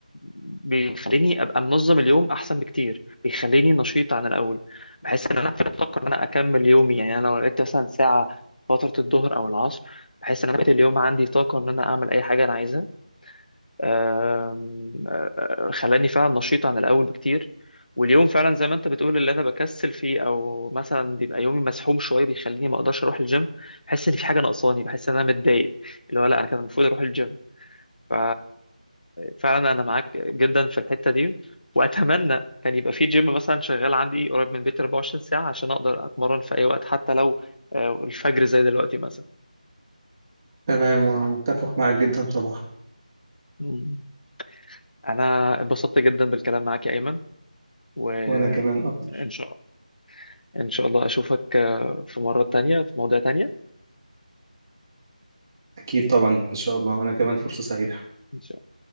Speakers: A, on the left; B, on the right.
A: بيخليني ابقى منظم اليوم احسن بكتير بيخليني نشيط عن الاول بحس ان انا في الطاقه ان انا اكمل يومي يعني انا لو لقيت مثلا ساعه فتره الظهر او العصر بحس ان انا بقيت اليوم عندي طاقه ان انا اعمل اي حاجه انا عايزها آم، آه، آه، خلاني فعلا نشيط عن الاول بكتير واليوم فعلا زي ما انت بتقول اللي انا بكسل فيه او مثلا بيبقى يومي مسحوم شويه بيخليني ما اقدرش اروح الجيم بحس ان في حاجه ناقصاني بحس ان انا متضايق اللي هو لا انا كان المفروض اروح الجيم ف فعلا انا معاك جدا في الحته دي واتمنى كان يبقى في جيم مثلا شغال عندي قريب من بيتي 24 ساعه عشان اقدر اتمرن في اي وقت حتى لو آه، الفجر زي دلوقتي مثلا
B: تمام متفق معك جدا طبعا
A: مم. انا اتبسطت جدا بالكلام معاك يا ايمن و
B: وانا كمان اكتر
A: ان شاء الله إن شاء الله أشوفك آه، في مرة تانية في مواضيع تانية
B: اكيد طبعا ان شاء الله وانا كمان فرصة سعيدة
A: إن شاء الله